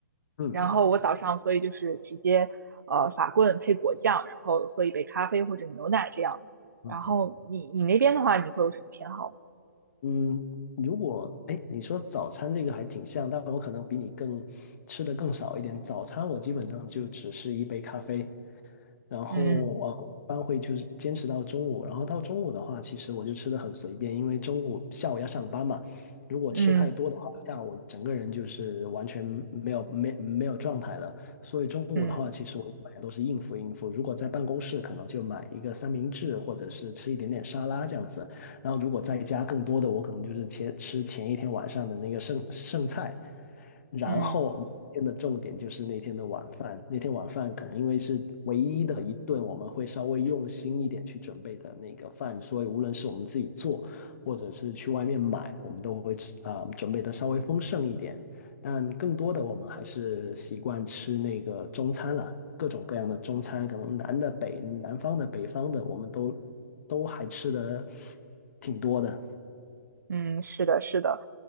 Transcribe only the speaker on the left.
嗯
嗯嗯，
嗯如果哎，你说早餐这个还挺像，但我可能比你更吃的更少一点。早餐我基本上就只是一杯咖啡，然后呃，
我一般会就是坚持到中午，然后到中午的话，其实我就吃的很随便，因为中午下午要上班嘛，如果吃太多的话，
下午整个人就是完全没有没没有状态了，所以中午的话，
其实我一般也都是应付应付。如果在办公室，可能就买一个三明治，或者是吃一点点沙拉这样子，然后如果在家更多的，我可能就是前吃前一天晚上的那个剩剩菜。然后每天的重点就是那天的晚饭，
那天晚饭可能因为是唯一的一顿我们会稍微用心一点去准备的那个饭，所以无论是我们自己做，或者是去外面买，我们都会吃啊、呃准备的稍微丰盛一点。但更多的我们还是习惯吃那个中餐了，各种各样的中餐，可能南的北、南方的、北方的，我们都都还吃的挺多的。